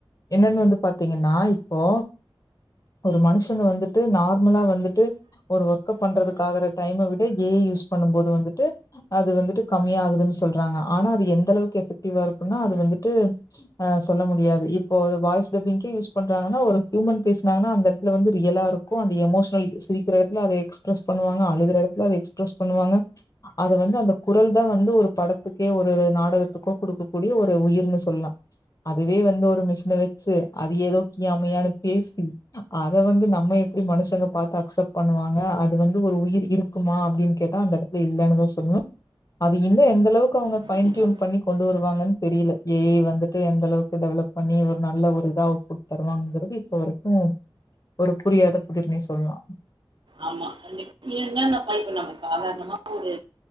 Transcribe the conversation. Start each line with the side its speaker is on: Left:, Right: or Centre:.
Left: என்னன் வந்து பாத்தீங்கன்னா இப்போ ஒரு மனுஷன வந்துட்டு நார்மலா வந்துட்டு ஒரு ஒர்க் பண்றதுக்கு ஆகற டைம விட ஏ ஐயூஸ் பண்ணும் போது வந்துட்டு அது வந்துட்டு கம்மியா ஆகுதுன் சொல்றாங்க ஆனா அது எந்த அளவுக்கு எஃபெக்டிவா இருக்குனா அது வந்துட்டு ஆ சொல்ல முடியாது இப்போ வாய்ஸ் டபிங்கே யூஸ் பண்றாங்கன்னா ஒரு ஹியூமன் பேசினாங்கன்னா அந்த இடத்துல வந்து ரியலா இருக்கு க்கு எமோஷனல் சிரிக்கிற எடத்துல அத எக்ஸ்பிரஸ் பண்ணுவாங்க அழுகற எடத்துல அத எக்ஸ்பிரஸ் பண்ணுவாங்க அது வந்து அந்த குரல் தா வந்து ஒரு படத்துக்கே ஒரு நாடகத் அதுக்கு குடுக்க கூடிய ஒரு உயிர்ன் சொல்லா அதுவே வந்து ஒரு மிஷின வச்சி அது ஏதோ கியாமுயான்னு பேசி அத வந்து நம்ம எப்டி மனுஷங்க பாத்து அக்செப்ட் பண்ணுவாங்க அது வந்து ஒரு உயிர் இருக் குமா அப்டின் கேட்டா அந்த எடத்துல இல்லன்தா சொல்லுவ அது இன்ன எந்த அளவுக் அவங்க
Right: கண்டிப்பா
Left: பைன் டியூன் பண்ணி கொண்டு வருவாங்கன் தெரில ஏய் ஐ வந்துட்டு எந்த அளவுக்கு டெவலப் பண்ணி ஒரு நல்ல ஒரு இதா குட் தருவாங்கறது அப்ப வரைக்கும் ஒரு புரியாத புதிர்னே சொல்லலா
Right: ஆமா கண்டிப் என்னன்ன இப்ப நம்ம சாதாரணமா ஒரு